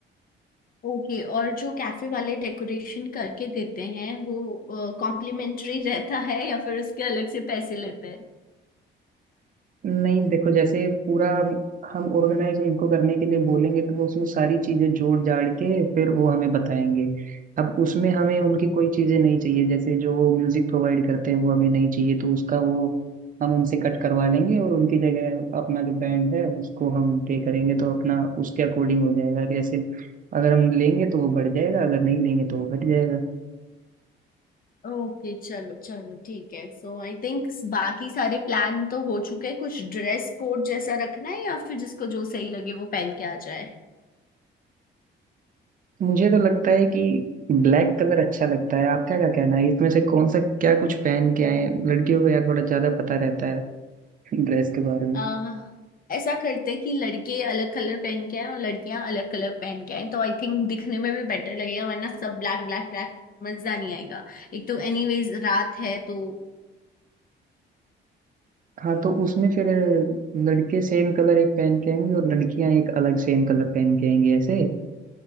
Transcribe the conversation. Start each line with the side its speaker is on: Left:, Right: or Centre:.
Left: ओके और जो कैफे वाले डेकोरेशन करके देते हैं वो कॉम्प्लीमेंट्री रहता है या फिर उसके अलग से पैसे लेते हैं
Right: नहीं देखो जैसे पूरा अब हम ऑर्गेनाइज इनको करने के लिए बोलेंगे तो वो उसमें सारी चीजें जोड़ जाड़ के फिर वो हमें बताएंगे अब उसमें हमें उनकी कोई चीजें नहीं चाहिए जैसे जो म्यूजिक प्रोवाइड करते हैं वो हमें नहीं चाहिए तो उसका वो हम उनसे कट करवा लेंगे और उनकी जगह अपना जो बैंड है उसको हम पे करेंगे तो अपना उसके अकॉर्डिंग हो जाएगा कि जैसे अगर हम लेंगे तो वो बढ़ जाएगा अगर नहीं लेंगे तो वो घट जाएगा
Left: ओके चलो चलो ठीक है सो आई थिंक बाकी सारे प्लान तो हो चुके हैं कुछ ड्रेस कोड जैसा रखना है या फिर जिसको जो सही लगे वो पहन के आ जाए
Right: मुझे तो लगता है कि ब्लैक कलर अच्छा लगता है आपका क्या कहना है इसमें से कौन सा क्या कुछ पहन के आए लड़कियों को यार थोड़ा ज्यादा पता रहता है ड्रेस के बारे में
Left: आ, ऐसा करते कि लड़के अलग कलर पहन के आए और लड़कियां अलग कलर पहन के आए तो आई थिंक दिखने में भी बेटर लगेगा वरना सब ब्लैक ब्लैक ब्लैक मजा नहीं आएगा एक तो एनीवेज रात है तो
Right: हाँ तो उसमें फिर लड़के सेम कलर एक पहन के आएंगे और लड़कियां एक अलग सेम कलर पहन के आएंगी ऐसे